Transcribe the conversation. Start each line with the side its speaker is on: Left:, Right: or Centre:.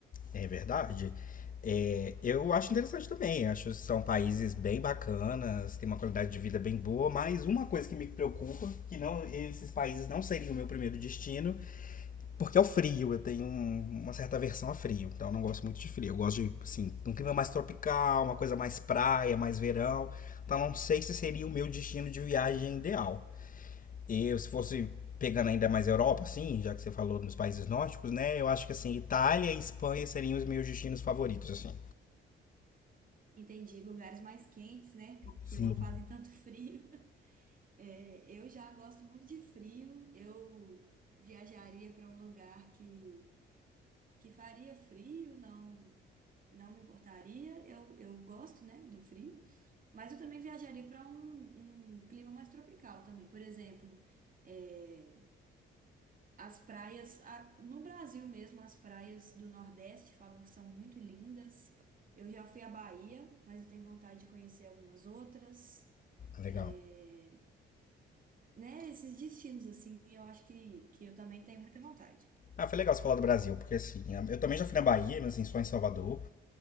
Left: É verdade. É, eu acho interessante também. Acho que são países bem bacanas, tem uma qualidade de vida bem boa, mas uma coisa que me preocupa, que não, esses países não seriam o meu primeiro destino, porque é o frio. Eu tenho um- uma certa aversão a frio, então eu não gosto muito de frio. Eu gosto de, assim, um clima mais tropical, uma coisa mais praia, mais verão. Então não sei se seria o meu destino de viagem ideal. E eu, se fosse pegando ainda mais a Europa, assim, já que você falou nos países nórdicos, né? Eu acho que assim, Itália e Espanha seriam os meus destinos favoritos, assim.
Right: Entendi, lugares mais quentes, né? Que, que
Left: Sim.
Right: não fazem tanto <laughs> frio. É, eu já gosto muito de frio. Eu viajaria para um lugar que, que faria frio, não, não me importaria. Eu, eu gosto, né, do frio. Mas eu também viajaria para um, um clima mais tropical também. Por exemplo, é, as praias, a- no Brasil mesmo, as praias do Nordeste falam que são muito lindas. Eu já fui à Bahia, mas eu tenho vontade de conhecer algumas outras.
Left: Legal.
Right: É, né, esses destinos, assim, eu acho que, que eu também tenho muita vontade.
Left: Ah, foi legal você falar do Brasil, porque assim, eu também já fui na Bahia, mas assim, só em Salvador.